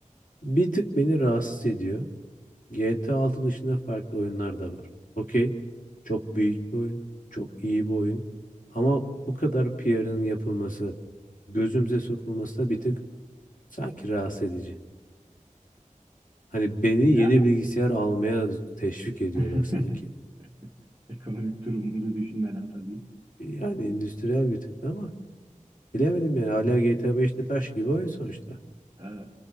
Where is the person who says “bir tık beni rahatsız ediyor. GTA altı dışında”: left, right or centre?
Left